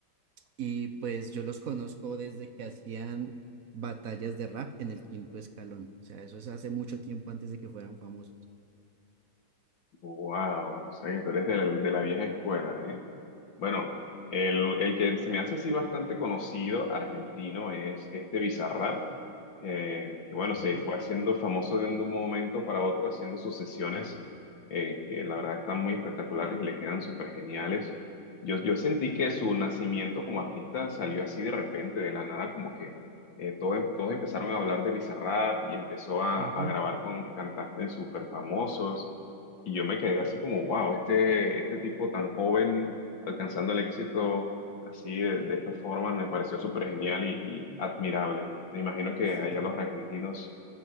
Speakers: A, on the right; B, on the left.
A: y pues yo los conozco desde que hacían batallas de rap en el quinto escalón. O sea, eso es hace mucho tiempo antes de que fueran famosos.
B: Wow, o sea que tú eres de la, de la vieja escuela, ¿eh? Bueno, el, el que se me hace así bastante conocido argentino es este Bizarrap, eh, que bueno,
A: Sí.
B: se fue haciendo famoso de un, de un momento para otro, haciendo sus sesiones, eh, que la verdad están muy espectaculares y le quedan súper geniales. Yo, yo sentí que su nacimiento como artista salió así de repente, de la nada, como que eh, todos, todos empezaron a hablar de Bizarrap y empezó a,
A: Ujú.
B: a grabar con cantantes súper famosos. Y yo me quedé así como, wow, este, este tipo tan joven alcanzando el éxito así de, de esta forma me pareció súper genial y, y admirable. Me imagino que
A: Sí.
B: allá los argentinos